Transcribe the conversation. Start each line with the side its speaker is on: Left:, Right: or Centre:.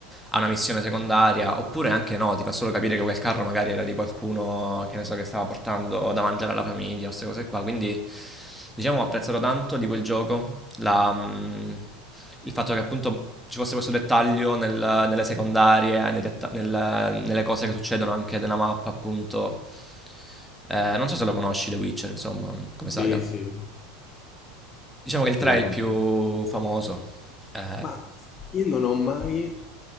Centre: ha una missione secondaria, oppure anche no, ti fa solo capire che quel carro magari era di qualcuno che ne so che stava portando da mangiare alla famiglia o queste cose qua. Quindi diciamo ho apprezzato tanto di quel gioco la, mm, il fatto che appunto ci fosse questo dettaglio nel- nelle secondarie, nei detta- nel- nelle cose che succedono anche nella mappa, appunto. Eh, non so se lo conosci The Witcher, insomma, come
Left: Sì,
Centre: saga.
Left: sì, lo conosco.
Centre: Diciamo che il
Left: sì,
Centre: 3
Left: lo
Centre: è il
Left: conosco.
Centre: più famoso. Eh,
Left: Ma io non ho mai,